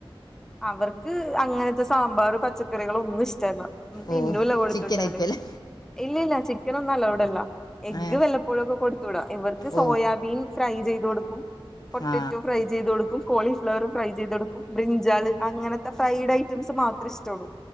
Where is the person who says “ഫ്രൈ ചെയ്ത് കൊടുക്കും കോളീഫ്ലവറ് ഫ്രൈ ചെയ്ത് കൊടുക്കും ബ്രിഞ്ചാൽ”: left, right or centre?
Centre